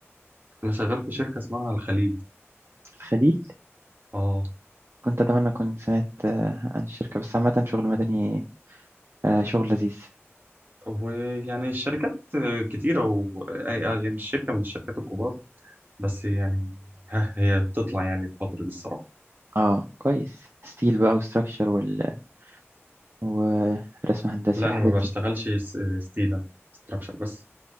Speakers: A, on the right; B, on the right.
A: انا شغال في شركه اسمها الخليل
B: الخليل
A: اه
B: كنت أتمنى كنت سمعت آه، عن الشركة بس عامة شغل مدني آه، شغل لذيذ
A: ويعني الشركات كتيره و... آه، آه، يعني مش شركه من الشركات الكبار بس يعني ها هي بتطلع يعني الفتره دي الصراحه
B: اه كويس ستيل بقى وستراكشر وال... ورسم هندسي
A: لا
B: والحاجات
A: انا ما
B: دي
A: بشتغلش س- ستيل انا ستراكشر بس